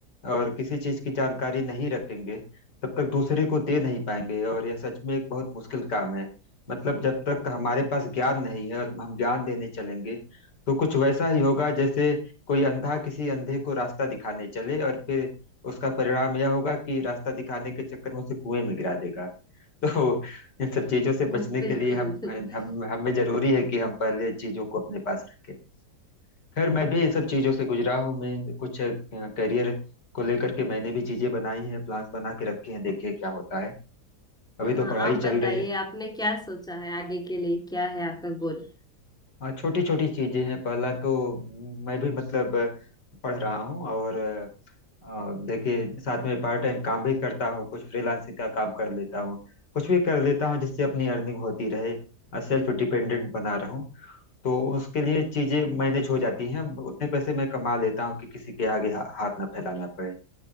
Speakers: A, on the left (about 80°); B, in the centre.
A: और किसी चीज की जानकारी नहीं रखेंगे तब तक दूसरे को दे नहीं पाएंगे और यह सच में एक बहुत मुश्किल काम है मतलब जब तक हमारे पास ज्ञान नहीं है और हम ज्ञान देने चलेंगे तो कुछ वैसा ही होगा जैसे कोई अंधा किसी अंधे को रास्ता दिखाने चले और फिर उसका परिणाम यह होगा कि रास्ता दिखाने के चक्कर में उसे कुएं में गिरा देगा तो इन सब चीजों से
B: हम्म,
A: बचने
B: बिल्कुल
A: के लिए हम हम हमें जरूरी है कि हम पहले चीजों को अपने पास रखें खैर मैं भी इन सब चीजों से गुजरा हूँ मैं कुछ करियर को लेकर के मैंने भी चीजें बनाई हैं प्लान्स बना के रखे हैं देखिए क्या होता है अभी
B: हाँ
A: तो पढ़ाई
B: आप बताइए
A: चल रही है
B: आपने क्या सोचा है आगे के लिए क्या है आपका गोल
A: हाँ छोटी छोटी चीजें हैं पहला तो मैं भी मतलब पढ़ रहा हूँ और अ, देखिए साथ में पार्ट टाइम काम भी करता हूँ कुछ फ्रीलांसिंग का काम कर लेता हूँ कुछ भी कर लेता हूँ जिससे अपनी अर्निंग होती रहे सेल्फ डिपेंडेंट बना रहूं तो उसके लिए चीजें मैनेज हो जाती हैं उतने पैसे मैं कमा लेता हूँ कि किसी के आगे हा, हाथ ना फैलाना पड़े